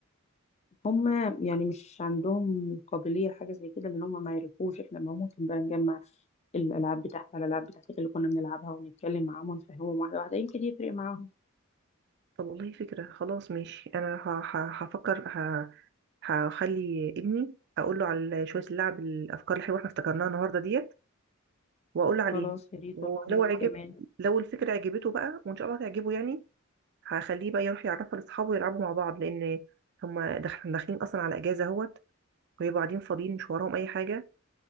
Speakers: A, on the left; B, on the right.
A: هما يعني مش عندهم قابليه لحاجه زي كده لان هما ما يعرفوش احنا ما ممكن بقى نجمع الالعاب بتاعتها الالعاب بتاعتك اللي كنا بنلعبها ونتكلم معاهم ونفهمهم واحده واحده يمكن يفرق معاهم
B: طب والله فكرة خلاص ماشي أنا ه... ه... هفكر ه... هخلي ابني أقول له على شوية اللعب الأفكار الحلوة احنا افتكرناها النهاردة ديت وأقول له عليها
A: خلاص يا ريت
B: ولو
A: والله وانا
B: عجب
A: كمان
B: لو الفكرة عجبته بقى وإن شاء الله تعجبه يعني هخليه بقى يروح يعرفها لأصحابه يلعبوا مع بعض لأن هما داخل- داخلين أصلا على إجازة أهوت ويبقوا قاعدين فاضيين مش وراهم أي حاجة